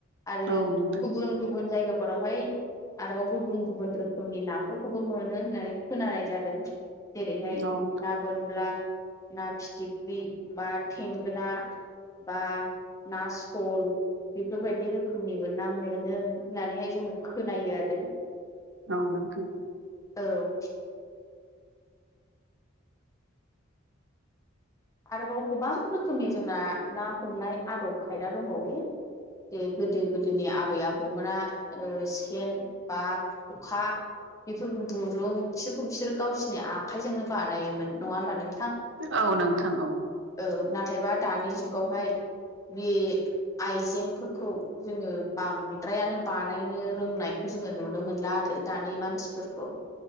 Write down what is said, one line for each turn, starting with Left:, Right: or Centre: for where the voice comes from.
Left: आरो
Right: औ नोंथां
Left: गुबुन गुबुन जायगाफोरावहाय आरोबाव गुबुन गुबुन रोखो मनि नाफोरखौबो मोनो होननानै खोनानाय जादों जेरैहाय
Right: औ नोंथां
Left: ना बोनब्ला ना फिथिख्रि बा थेंगोना बा ना सल बेफोरबायदि रोखोमनिबो ना मोनो होननानैहाय जोङो खोनायो आरो
Right: औ नोंथां
Left: औ आरोबाव गोबां रोखोमनि जोंना ना हमनाय आदब खायदा दंबावो बे गोदो गोदोनि आबै आबौमोना ओ सेन बा खखा बेफोरखौ गुरुं बिसोरखौ बिसोरो गावसिरनि आखाइजोंनो बानायोमोन नङा होनबा नों
Right: औ नोंथां औ
Left: औ नाथायबा दानि जुगावहाय बे आइजेंफोरखौ जोङो बांद्रायानो बानायनो रोंनाय खौ जोङो नुनो मोनला आरो दानि मानसिफोरखौ